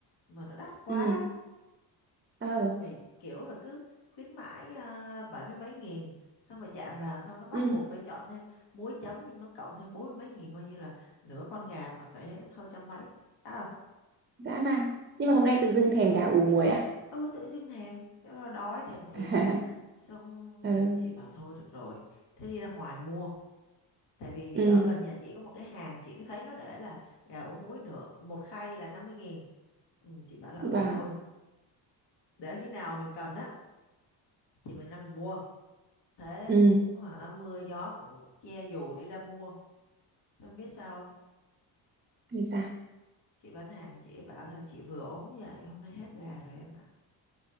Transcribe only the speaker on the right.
ừ ờ
ừ
dã man nhưng mà hôm nay tự dưng thèm gà ủ muối à
<laughs>
ừ
ừ
và
ừ
như sao